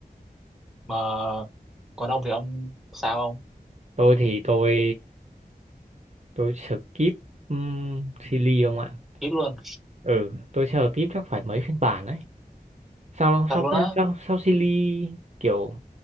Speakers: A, in the centre; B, on the right (about 45°).
A: mà còn ông thì ông sao ông
B: tôi thì tôi tôi skip um, Silly không ạ
A: tiếp luôn
B: ừ tôi skip chắc phải mấy phiên bản đấy sao
A: thật
B: sau
A: luôn
B: phiên
A: á
B: sau sau Silly kiểu